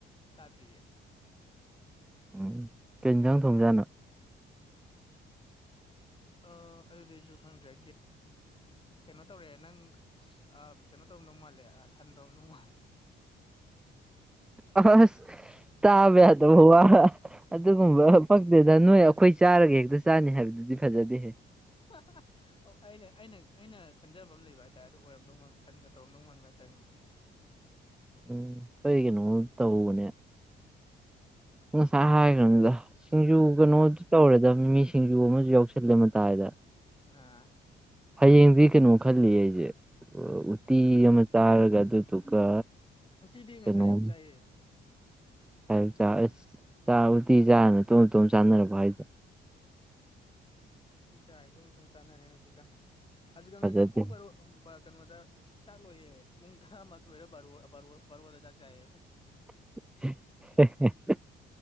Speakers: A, on the left (about 25°); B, in the centre.
A: ꯆꯥꯗ꯭ꯔꯤꯌꯦ
B: ꯎꯝ ꯀꯩ ꯌꯦꯟꯖꯥꯡ ꯊꯣꯡꯖꯥꯠꯅꯣ
A: ꯑ ꯑꯗꯨꯗꯤ ꯑꯩꯁꯨ ꯈꯪꯗ꯭ꯔꯦ ꯀꯩꯅꯣ ꯇꯧꯔꯦ ꯅꯪ ꯑ ꯀꯩꯅꯣ ꯇꯧꯔꯝꯗꯧ ꯃꯥꯜꯂꯦ ꯁꯟ ꯇꯧꯔꯝꯗꯧ ꯃꯥꯜꯂꯦ
B: ꯑꯁ ꯇꯥꯕ ꯌꯥꯗꯕ ꯋꯥ ꯑꯗꯨꯒꯨꯝꯕ ꯄꯛ ꯅꯠꯇꯦꯗ ꯅꯣꯏ ꯑꯩꯈꯣꯏ ꯆꯥꯔꯒ ꯍꯦꯛꯇ ꯆꯥꯅꯤ ꯍꯥꯏꯕꯗꯨꯗꯤ ꯐꯖꯗꯦꯍꯦ
A: <unintelligible> ꯑꯣ ꯑꯩꯅ ꯑꯩꯅ ꯑꯩꯅ ꯈꯟꯖꯕ ꯑꯃ ꯂꯩꯕ ꯍꯥꯏꯇꯥꯔꯦ ꯑꯗꯨꯗ ꯑꯣꯏꯔꯝꯗꯧ ꯃꯟꯕ ꯁꯟꯒ ꯇꯧꯔꯝꯗꯧ ꯃꯥꯟꯕ ꯍꯥꯏꯇꯥꯔꯦ ꯉꯁꯤꯁꯦ
B: ꯎꯝ ꯑꯩ ꯀꯩꯅꯣ ꯑꯃ ꯇꯧꯕꯅꯦ ꯉꯁꯥꯏ ꯍꯥꯏꯈ꯭ꯔꯃꯤꯗ ꯁꯤꯡꯖꯨ
A: ꯎꯝ
B: ꯀꯩꯅꯣꯗꯨ ꯇꯧꯔꯦꯗ ꯃꯤꯃꯤ ꯁꯤꯡꯖꯨ ꯑꯃꯁꯨ ꯌꯥꯎꯁ ꯈꯜꯂꯦ ꯃꯇꯥꯏꯗ
A: ꯑꯥ
B: ꯍꯌꯦꯡꯗꯤ ꯀꯩꯅꯣ ꯈꯜꯂꯤꯌꯦ ꯑꯩꯁꯦ ꯎꯇꯤ ꯑꯃ ꯆꯥꯔꯒ ꯑꯗꯨꯗꯨꯒ
A: ꯎꯇꯤꯗꯤ ꯉꯁꯥꯏ
B: ꯀꯩꯅꯣꯝ
A: ꯑꯌꯨꯛ ꯆꯥꯏꯌꯦ
B: ꯑꯁ ꯎꯇꯤ ꯆꯥ ꯆꯥꯔ ꯅꯇꯣꯝ ꯅꯇꯣꯝ ꯆꯥꯅꯔꯕꯣ ꯍꯥꯏꯁꯦ
A: ꯎꯇꯤ ꯆꯥꯏ ꯏꯇꯣꯝ ꯏꯇꯣꯝ ꯆꯥꯅꯔꯦ ꯍꯧꯖꯤꯛꯀꯟ ꯍꯧꯖꯤꯛꯀ
B: ꯐꯖꯗꯦ
A: ꯉꯁꯥꯏ ꯄꯨꯡ ꯕꯔꯣ ꯀꯩꯅꯣꯗ ꯆꯥꯛ ꯂꯣꯏꯌꯦ ꯄꯨꯡ ꯇꯔꯥꯃꯊꯣꯏꯔ ꯕꯥ ꯕꯥꯔꯣꯗ ꯆꯥꯛ ꯆꯥꯏꯌꯦ
B: <unintelligible>